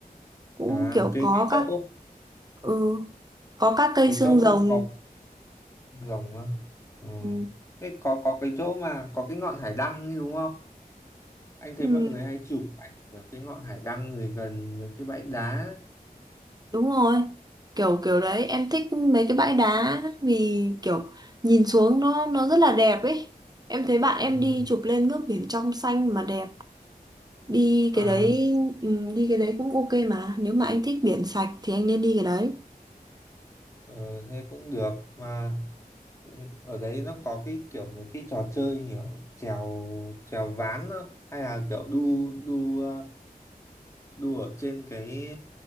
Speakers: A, on the right; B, on the left.
A: cũng
B: à
A: kiểu
B: cái
A: có
B: cái chỗ
A: các ừ có các cây
B: cái
A: xương
B: chỗ
A: rồng
B: mà có rồng á. Ừ.
A: ừ.
B: Thế có có cái chỗ mà có cái ngọn hải đăng ấy đúng không? Anh thấy
A: Ừ.
B: mọi người hay chụp ảnh ở cái ngọn hải đăng rồi gần với cái bãi đá ấy.
A: Đúng rồi, kiểu kiểu đấy em thích mấy cái bãi đá vì kiểu nhìn xuống nó nó rất là đẹp ấy. Em thấy bạn em
B: Ừ.
A: đi chụp lên nước biển trong xanh mà đẹp. Đi
B: À,
A: cái đấy ừ, đi cái đấy cũng ok mà. Nếu mà anh thích biển sạch thì anh nên đi cái đấy.
B: ờ, thế cũng được mà ừ, ở đấy nó có cái kiểu mấy cái trò chơi kiểu trèo trèo ván không? Hay là kiểu đu đu ờ, đu ở trên cái